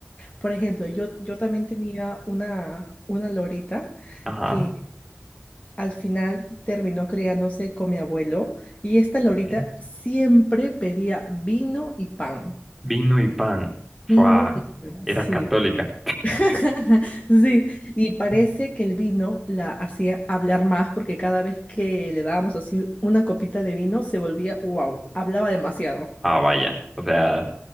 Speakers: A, on the left; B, in the centre.
A: Por ejemplo, yo, yo también tenía una, una lorita
B: ajá,
A: que al final terminó criándose con mi abuelo y esta lorita
B: Ok.
A: siempre pedía vino y pan.
B: vino y pan. Fua,
A: Vino y pan,
B: era
A: sí.
B: católica.
A: <laughs> Sí, y parece
B: <laughs>
A: que el vino la hacía hablar más porque cada vez que le dábamos así una copita de vino se volvía, wow, hablaba demasiado.
B: Ah, vaya, o sea,